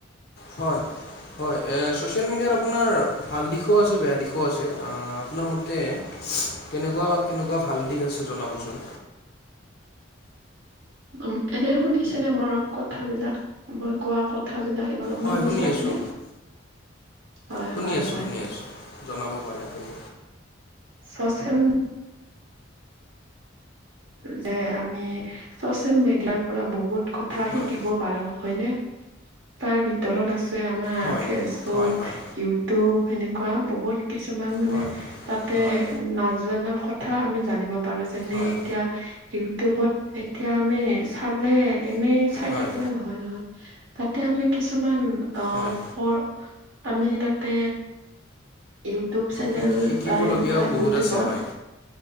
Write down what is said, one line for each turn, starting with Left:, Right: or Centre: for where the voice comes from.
Left: হয় হয় এ ছচিয়েল মিডিয়াৰ আপোনাৰ ভাল দিশো আছে বেয়া দিশো আছে আপোনাৰ মতে কেনেকুৱা কেনেকুৱা ভাল দিশ আছে জনাবচোন।
Right: উ এনে শুনিছেনে মৰম কথাবিলাক মই কোৱা কথা কথাবিলাক এনে অলপমান
Left: হয়
Right: শুনিছে
Left: শুনি আছোঁ
Right: আপুনি। হয়
Left: শুনি
Right: হয়
Left: আছোঁ
Right: হয়
Left: শুনি আছোঁ জনাব পাৰে আপুনি।
Right: চচিয়েল যে আমি চচিয়েল মিডিয়াৰ পৰা বহুত কথা
Left: হয়
Right: শিকিব পাৰোঁ। হয়নে তাৰ ভিতৰত আছে আমাৰ
Left: হয়
Right: ফেচবুক,
Left: হয় হয়
Right: ইউটিউব। সেনেকুৱা বহুত কিছুমান মানে
Left: হয়
Right: তাতে
Left: হয়
Right: নাজানা কথা আমি জানিব। পাৰোঁ যেনে
Left: হয়
Right: এতিয়া ইউটিউবত এতিয়া আমি চালে এনেই চাই
Left: হয়
Right: থাকিলে নহয় নহয়। তাতে আমি কিছুমান আহ
Left: হয়
Right: প আমি তাতে ইউটিউব চেনেল
Left: শিকি শিকিবলগীয়াও
Right: বা এনেকুৱা
Left: বহুত
Right: ইউটিউবত
Left: আছে হয়